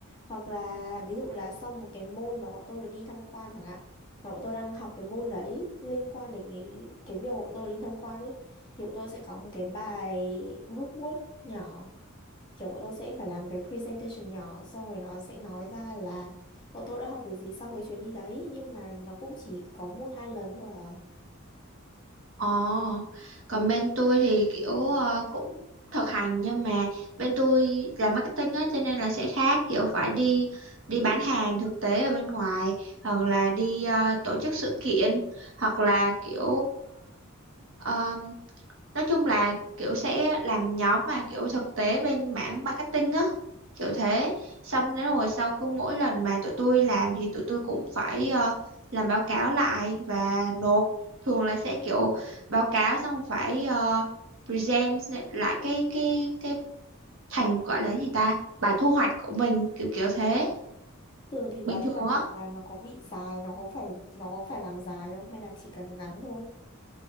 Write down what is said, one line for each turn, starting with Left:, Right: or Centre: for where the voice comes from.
Left: hoặc là ví dụ là sau một cái môn mà bọn tôi được đi tham quan chẳng hạn mà bọn tôi đang học cái môn đấy liên quan đến cái, cái việc bọn tôi đi tham quan ấy thì bọn tôi sẽ có một cái bài group work nhỏ kiểu bọn tôi sẽ phải làm cái presentation nhỏ xong rồi nó sẽ nói ra là bọn tôi đã học được gì sau cái chuyến đi đấy nhưng mà nó cũng chỉ có một hai lần thôi à
Right: Ồ còn bên tôi thì kiểu ờ, cũng thực hành nhưng mà bên tôi làm marketing á cho nên là sẽ khác kiểu phải đi đi bán hàng thực tế ở bên ngoài hoặc là đi ờ, tổ chức sự kiện hoặc là kiểu uh, nói chung là kiểu sẽ làm nhóm mà kiểu thực tế bên mảng marketing á kiểu thế xong đến rồi sau cứ mỗi lần mà tụi tôi làm thì tụi tôi cũng phải ờ, làm báo cáo lại và nộp thường là sẽ kiểu báo cáo xong phải ờ, present lại cái cái cái thành gọi là gì ta bài thu hoạch của mình kiểu kiểu thế
Left: Thường thì bài
Right: bình
Left: thu
Right: thường
Left: hoạch của
Right: á
Left: bà nó có bị dài, nó có phải nó có phải làm dài không hay là chỉ cần ngắn thôi?